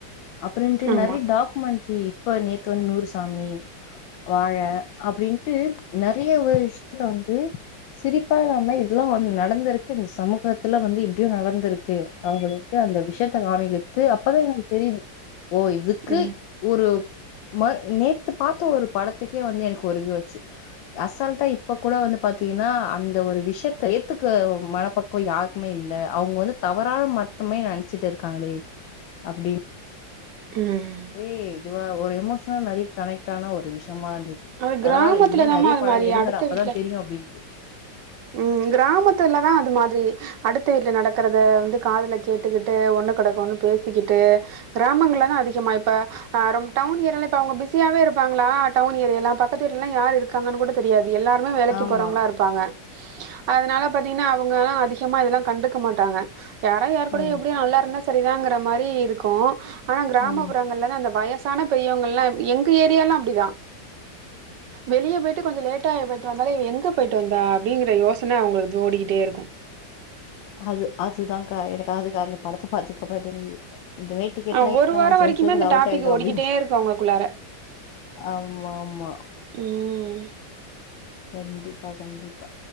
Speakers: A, on the left; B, on the right.
A: அப்றின்டு
B: ஆமா
A: நெறைய டாக்குமெண்ட்ரி இப்ப நேத்து வந்து நூறுசாமி வாழ அப்டின்ட்டு நெறைய ஒரு விஷயத்துல வந்து சிரிப்பாவோமையும் இதெல்லா வந்து நடந்துருக்கே இந்த சமூகத்துல வந்து இப்டியு நடந்துருக்கே அவுங்களுக்கு அந்த விஷேத்த காமிக்கற் து அப்பதா எனக்கு தெரியிது ஒ இதுக்கு
B: ம்
A: ஒரு மர் நேத்து பாத்த ஒரு படத்துக்கே வந்து எனக்கு ஒரு இதுவச்சி அசால்ட்டா இப்ப கூட வந்து பாத்தீங்கன்னா அந்த ஒரு விஷயத் த ஏத்துக்க மனப்பக்குவோ யாருக்குமே இல்ல அவுங்க வந்து தவறான மட்டுமே நெனச்சிட்டு இருக்காங்ளே அப்டின்
B: ம்
A: அப்டி இதுவா ஒரு எமோஷ்னா நெறைய கனெக்ட்டான ஒரு விஷ் யம்மாருந்தது
B: அது
A: பரவால
B: கிராமத்துல
A: இத் மேர்
B: தாமா
A: நெறைய
B: அது
A: படோ
B: மாரி
A: எடுங்கட
B: அடுத்த
A: அப்பதா
B: வீட்ல
A: தெரியு அப்படின்ட்டு
B: ம் கிராமத்துலதா அது மாதிரி அடுத்த வீட்ல நடக்குறத வந்து காதுல கேட்டுக்குட்டு ஒன்னு கடக்க ஒன்னு பேசிக்கிட்டு கிராமங்கள்ள தா அதிகமா இப்ப அ ரொம் டௌன் ஏரியளா அவுங்க பிஸியாவே இருப்பாங்களா டௌன் ஏரியளா பக்கத்து வீட்லலா யார் இருக்கா ங்கன் கூட தெரியாது எல்லாருமே வேலைக்கு
A: ஆமா
B: போறவங்களாருப்பாங்க அதனால பாத்தீங்கன்னா அவுங்க அதிகமா இதெல்லா கண்டுக்க மாட்டாங்க யாரா யார் கூட
A: ம்
B: எப்டியோ நல்லாருந்தா சரிதாங்குற மாரி இருக்கு ஆனா கிராமப்புறங்கள்ல
A: ம்
B: தா அந்த வயஸ் சான பெரியவங்கல்லா எங்க ஏரியால்லா அப்டிதா வெளிய போயிட்டு கொஞ்சோ லேட்ட போய்ட்டு வந் இது மாரி இவ எங்க போயிட்டு வந்தா அப்டிங்கிற யோசன அவுங்களுக்கு தோடிக்கிட்டேருக்கு
A: அது அதுதாங்கா எனக்கு அதுக்கு அந்த படத்த பாத்ததுகப்புறோ தா தெரிஞ்சிது இந்தமாரி டிக்கெட்லா
B: ஆ
A: இன்னோ
B: ஒரு வாரோ
A: அஞ்சு
B: வரைக்குமே
A: வருஷத்துல
B: அந்த
A: அவுட்
B: டாபிக்
A: ஆயிடு
B: ஓடிக்கிட்டே
A: அப்டின்ட்டு
B: இருக்கு அவங்களுக்குள்ளார
A: ஆமா ஆமா
B: ம்
A: கண்டிப்பா கண்டிப்பா